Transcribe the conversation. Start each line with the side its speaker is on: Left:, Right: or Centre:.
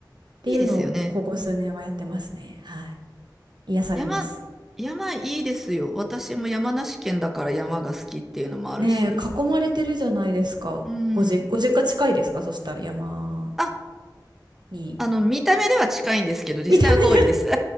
Right: ていうのを、
Centre: いいですよね。
Right: ここ数年はやってますね。はい。癒されます。
Centre: 山、山いいですよ。私も山梨県だから山が好きっていうのもあるし。
Right: ねえ、囲まれてるじゃないですか。
Centre: うん。
Right: ごじ、ご実家近いですかそしたら山。
Centre: あ、
Right: に。
Centre: あの、見た目では近いんですけど、実際は遠いです。
Right: 見た目で
Centre: <laughs>